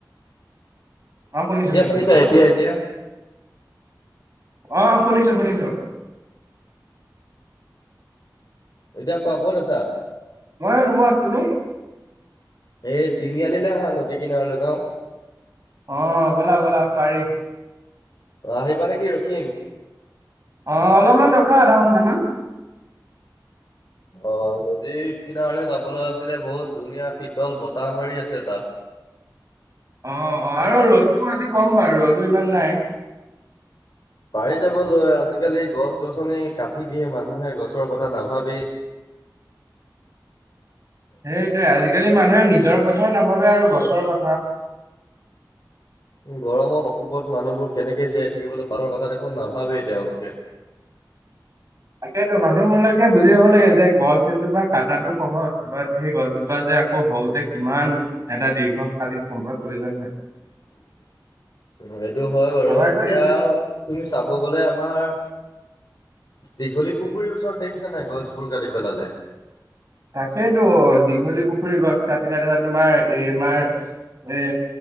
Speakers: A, on the right; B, on the left.
A: অ', শুনিছো-শুনিছো
B: শুনিছা এতিয়া এতিয়া?
A: অ' শুনিছ শুনিছো - শুনিছো।
B: এতিয়া কোৱা ক'ত আছা।
A: মই ৰুমত তুমি।
B: এই <unintelligible> আহা নদী কিনাৰলৈ যাও।
A: অ', ব'লা-ব'লা পাৰি।
B: অ', আহিবা নেকি ৰখিম।
A: অ', অলপমান ৰখা আধা ঘন্টামান।
B: অ', নদীত কিনাৰে যাবলৈ আছিলে বহুত ধুনীয়া শীতল বতাহ মাৰি আছে তাত। <inaudible>
A: অ', অ', আৰু ৰ'দটো আজি কম বাৰু ৰ'দো ইমান নাই।
B: পাৰি যাবলৈ আজিকালি গছ-গছনি কাটি দিয়ে, মানুহে গছৰ কথা নাভাবেই।
A: সেইটোৱেই আজিকালি মানুহে নিজ জৰ কথাই নাভাবে আৰু গছৰ কথা।
B: উম, গৰমৰ প্ৰকোপত মানুহবোৰ কেনেকে জীয়াই থাকিবলৈ পাৰৰ কথা দেখোন নাভাবেই তেওঁলোকে। <inaudible>
A: তাকেইতো মানুহবিলাকে বুজি পাব লাগে যে গছ এজোপা কাটাটো সহজ বা সেই গছজোপা যে আকৌ সৰুতে কিমান এটা দীৰ্ঘকালীন সম্পদ প্ৰয়োজন হয়।
B: <inaudible> সেইটো হয় বাৰু,
A: আমাৰতো
B: এতিয়া
A: এইটো
B: তুমি চাব গ'লে আমাৰ দীঘলী পুখুৰীৰ ওচৰত দেখিছা নাই গছবোৰ কাটি পেলালে।
A: তাকেইতো দীঘলী পুখুৰীৰ গছ কাটিলে তাৰচত তোমাৰ এই আমাৰ এ